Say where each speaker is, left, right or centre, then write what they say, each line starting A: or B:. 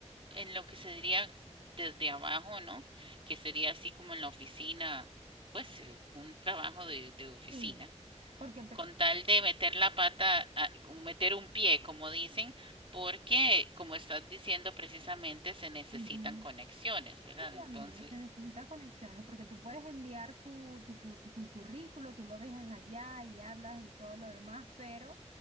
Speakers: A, on the right; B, on the right.
A: en lo que se diría desde abajo, ¿no? Que sería así como en la oficina, pues eh, un trabajo de, de oficina,
B: Sí, porque pre-
A: con tal de meter la pata, a- meter un pie, como dicen, porque, como estás diciendo precisamente, se necesitan
B: Ujú.
A: conexiones, ¿verdad?
B: Sí,
A: Entonces,
B: amiga, se necesitan conexiones porque tú puedes enviar tu, tu, cu- tu currículo, tú lo dejas allá y hablas y todo lo demás, pero